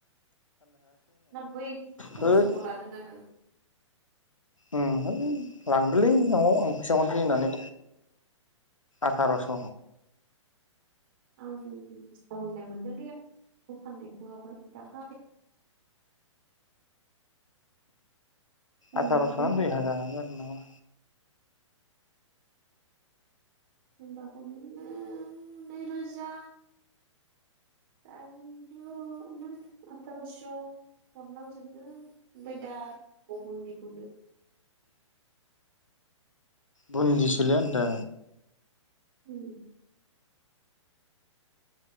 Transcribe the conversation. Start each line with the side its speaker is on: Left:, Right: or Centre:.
Right: ना बै खम
Left: होद
Right: समाव लादों ना नों
Left: अम है लांदोलै नआव आं <inaudible> होननानै आथारास
Right: आं <inaudible> मोनदोंलै फाननायखौ आवगाय दाखालि बुन्दाखौनो
Left: आथारस ना दुइ हाजारानो जादो नामा
Right: बुन्दाखौनो नैरोजा दाइनजौना आथारस हरनांजोबदो ओमफ्राय दा बुन्दिखौनो
Left: बुन्दिसोलै आंदा
Right: उम